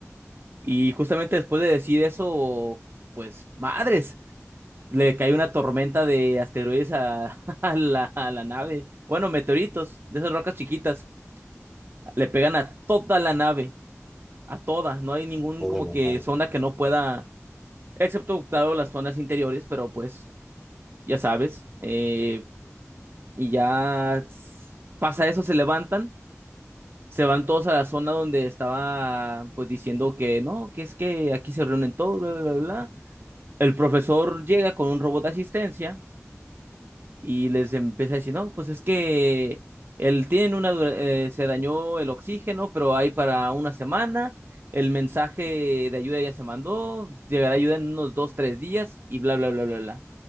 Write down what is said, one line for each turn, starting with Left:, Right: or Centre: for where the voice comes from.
Right: Y justamente después de decir eso, pues madres, le cae una tormenta de asteroides a, <laughs> a la, a la nave. Bueno, meteoritos, de esas rocas chiquitas, le pegan a toda la nave, a todas. No hay ningún
Centre: Toda
Right: como
Centre: la
Right: que
Centre: madre.
Right: zona que no pueda, excepto, claro, las zonas interiores, pero pues ya sabes. eh, y ya s- pasa eso, se levantan. Se van todos a la zona donde estaba, pues diciendo que no, que es que aquí se reúnen todos, bla, bla, bla. bla. El profesor llega con un robot de asistencia y les empieza a decir, no, pues es que él tiene una, dura- eh, se dañó el oxígeno, pero hay para una semana, el mensaje de ayuda ya se mandó, llegará ayuda en unos dos, tres días y bla, bla, bla, bla, bla.